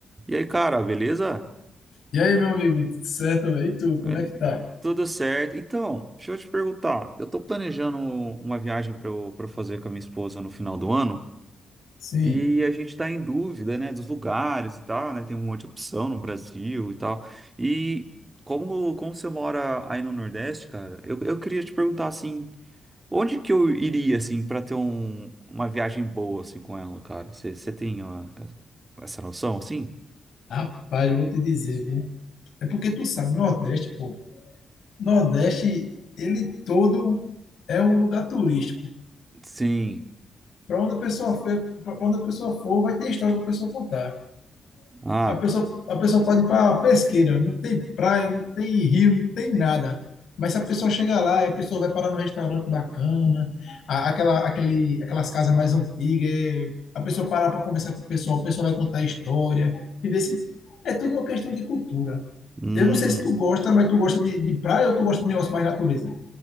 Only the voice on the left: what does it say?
E aí, meu amigo, tudo certo? velho? E tu, como
é que tá?
Sim,
rapaz, eu vou te dizer, viu? É porque tu sabe, Nordeste, pô. Nordeste, ele todo é um lugar turístico.
Para onde a pessoa for, para onde a pessoa for, vai ter história para a pessoa contar.
A pessoa, a pessoa pode ir para pesqueira, não tem praia, não tem rio, não tem nada. Mas se a pessoa chegar lá, a pessoa vai parar num restaurante bacana, a- aquela, aquele, aquelas casas mais antigas, é, a pessoa parar para conversar com o pessoal, o pessoal vai contar história. E desse, é tudo uma questão de cultura.
Eu não sei se tu gosta, mas tu gosta de, de praia ou tu gosta de negócio mais natureza?